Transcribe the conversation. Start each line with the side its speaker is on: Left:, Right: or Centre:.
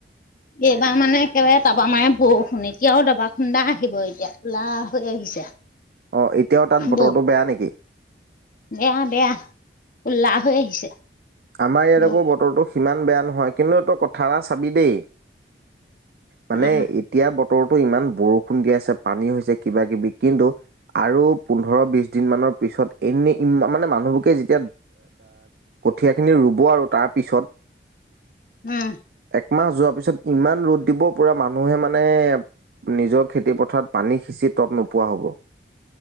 Left: এইবাৰ মানে একেবাৰে তাৰাবা মানে বৰষুণ এতিয়াও দাবা খুন্দা আহিব এতিয়া কোলা হৈ আহিছে
Right: অ', এতিয়াও তাত বতৰটো
Left: বৌ
Right: বেয়া নেকি?
Left: বেয়া বেয়া উল্লাহ হৈ আহিছে।
Right: আমাৰ ইয়াত
Left: বৌ
Right: আকৌ বতৰটো সিমান বেয়া নহয় কিন্তু এই তই কথা এটা চাবি দেই মানে
Left: উম
Right: এতিয়া বতৰতো ইমান বৰষুণ দি আছে পানী হৈছে কিবা কিবি কিন্তু আৰু পোন্ধৰ বিশ দিন মানৰ পিছত এনে মানে মানুহবোৰকে যেতিয়া কঠিয়াখিনি ৰুব আৰু তাৰপিছত
Left: হোম।
Right: একমাহ যোৱাৰ পিছত ইমান ৰ'দ দিব পুৰা মানুহে মানে নিজৰ খেতি পথাৰ পানী সিঁচি তত নোপোৱা হ'ব।